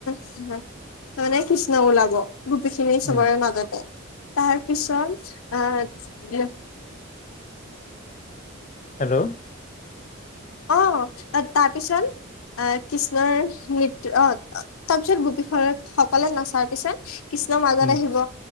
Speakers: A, on the left; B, on the left.
A: তাৰমানে কৃষ্ণ ওলাব গোপীখিনি চবৰে
B: উম
A: মাজতে। তাৰপিছত আহ
B: হেল্ল'।
A: অ' তাৰপিছত। আহ কৃষ্ণৰ নৃত্যৰ অ' তাৰপিছত গোপী সকলে নচাৰ পিছত কৃষ্ণ মাজত
B: উম
A: আহিব